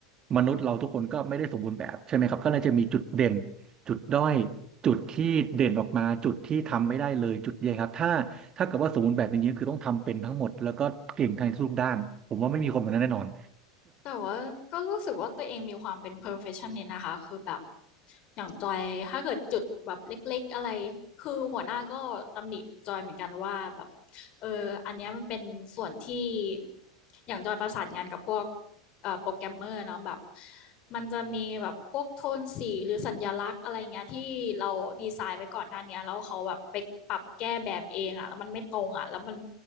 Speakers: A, on the right; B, on the left.
A: มนุษย์เราทุกคนก็ไม่ได้สมบูรณ์แบบใช่ไหมครับก็เลยจะมีจุดเด่น จุดด้อยจุดที่เด่นออกมาจุดที่ทำไม่ได้เลยจุดใหญ่ครับถ้าถ้าเกิดว่าสมบูรณ์แบบอย่างนี้ยคือต้องทำเป็นทั้งหมดแล้วก็เก่งทางทุกด้านผมว่าไม่มีคนแบบนั้นแน่นอน
B: แต่ว่าก็รู้สึกว่าตัวเองมีความเป็น perfectionist นะคะคือแบบอย่างจอยถ้าเกิดจุดแบบเล็กๆอะไรคือหัวหน้าก็ตำหนิจอยเหมือนกันว่าแบบเอออันเนี้ยมันเป็นส่วนที่อย่างจอยประสานงานกับพวก โปรแกรมเมอร์เนาะแบบมันจะมีแบบพวกโทนสีหรือสัญลักษณ์อะไรเงี้ยที่เราดีไซน์ไว้ก่อนหน้าเนี้ยแล้วเขาแบบไปปรับแก้แบบเองอะแล้วมันไม่ตรงอะแล้วมัน